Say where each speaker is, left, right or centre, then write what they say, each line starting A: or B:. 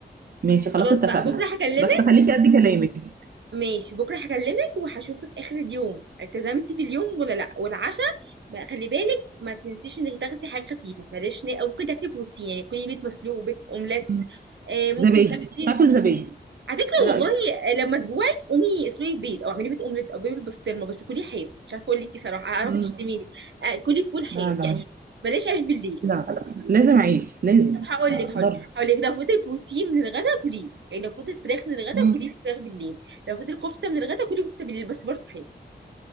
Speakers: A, on the right; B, on the right.
A: ماشي خلاص
B: خلاص
A: اتفقنا
B: بقى بكره هكلمك
A: بس خليكي قد كلامك
B: ماشي بكره هكلمك وهشوفك اخر اليوم التزمتي باليوم ولا لا والعشاء بقى خلي بالك ما تنسيش انك تاخدي حاجه خفيفه بلاش نا- او ممكن تاكلي بروتين يعني كلي بيض مسلوق بيض اومليت
A: مم.
B: آه، ممكن
A: زبادي
B: تاخدي
A: هاكل زبادي
B: على فكره
A: ايه رأيك
B: والله آه، لما تجوعي قومي اسلقي بيض او اعملي بيض اومليت او بيض بالبسطرمه بس كلي حاف مش عارفه اقول لك ايه صراحه انا عارفه
A: مم.
B: تشتميني آه، كلي فول حاف
A: لا ده
B: يعني بلاش عيش بالليل
A: لا لا لازم اعيش لازم
B: طب هقول
A: اقدرش
B: لك هقول لك هقول لك لو فوت البروتين من الغدا كليه يعني لو فوت الفراخ من الغدا
A: مم.
B: كلي فراخ بالليل لو فوت الكفته من الغدا كلي كفته بالليل بس برضه حاف